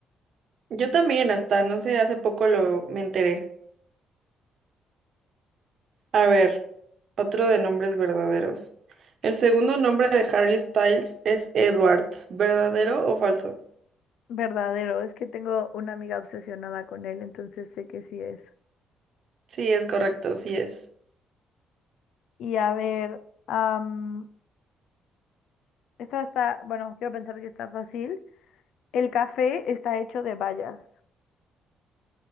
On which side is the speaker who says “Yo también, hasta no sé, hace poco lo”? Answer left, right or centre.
Right